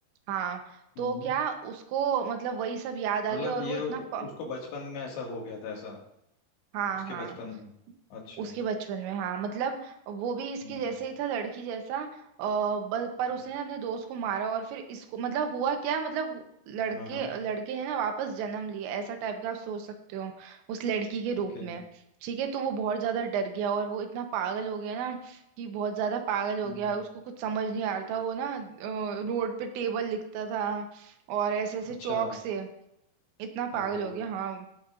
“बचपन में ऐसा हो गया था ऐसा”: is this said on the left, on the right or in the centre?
Left